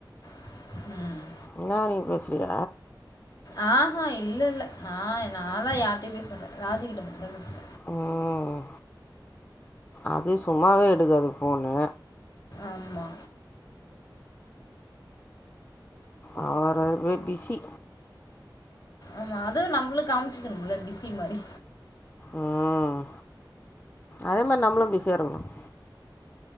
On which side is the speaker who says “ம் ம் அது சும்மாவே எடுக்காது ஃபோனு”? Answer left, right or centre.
Left